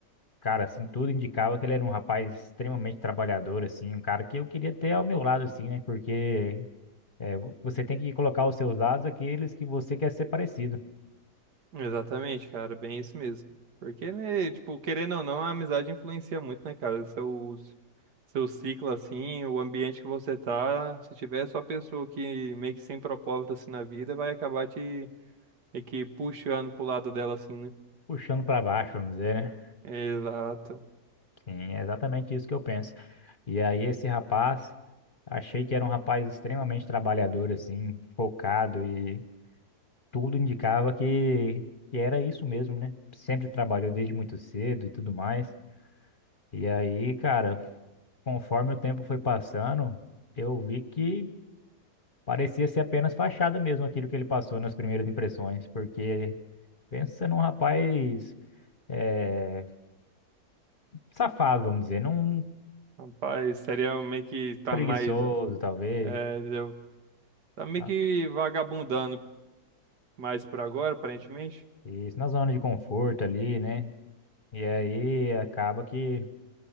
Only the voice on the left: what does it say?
cara, assim, tudo indicava que ele era um rapaz extremamente trabalhador, assim, um cara que eu queria ter ao meu lado, assim, né? Porque é, vo- você tem que colocar os seus lados aqueles que você quer ser parecido,
puxando pra baixo, vamos dizer, né?
Sim, é exatamente isso que eu penso. E aí, esse rapaz, achei que era um rapaz extremamente trabalhador, assim, focado e tudo indicava que, que era isso mesmo, né? Sempre trabalhou desde muito cedo e tudo mais. E aí, cara, conforme o tempo foi passando, eu vi que parecia ser apenas fachada mesmo aquilo que ele passou nas primeiras impressões, porque pensa num rapaz eh, safado, vamos dizer, num
preguiçoso,
talvez,
tá?
isso na zona de conforto ali, né? E aí acaba que,